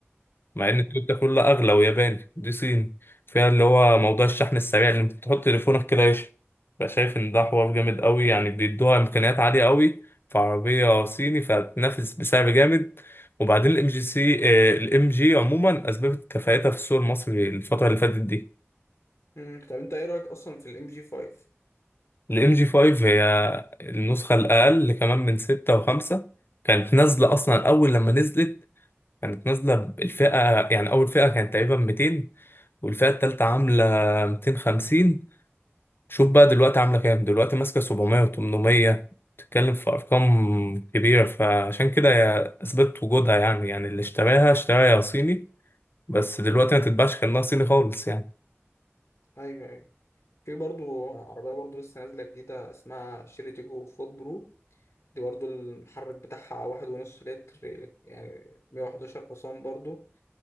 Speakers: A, on the left; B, on the left.
A: مع ان التويوتا كلها اغلى وياباني دي صيني فيها اللي هو موضوع الشحن السريع اللي انت بتحط تليفونك كده يشحن فشايف ان ده حوار جامد قوي يعني بيدوها امكانيات عاليه قوي في عربيه صيني فتنافس بسعر جامد وبعدين الام جي سي الام جي عموما اثبتت كفاءتها في السوق المصري الفتره اللي فاتت دي
B: امم طب انت ايه رايك اصلا في الام جي 5
A: الام جي 5 هي النسخه الاقل كمان من 6 و5 كانت نازله اصلا اول لما نزلت كانت نازلة الفئة يعني أول فئة كانت تقريبا 200 والفئة التالتة عاملة 250 شوف بقى دلوقتي عاملة كام دلوقتي ماسكة 700 و800 بتتكلم في أرقام كبيرة فعشان كده هي أثبتت وجودها يعني يعني اللي اشتراها اشتراها يا صيني بس دلوقتي ما تتباعش كأنها صيني خالص يعني
B: ايوه ايوه في برضو عربية برضو لسه نازلة جديدة اسمها شيري تيجو فورد برو دي برضو المحرك بتاعها واحد ونص لتر يعني 111 حصان برضو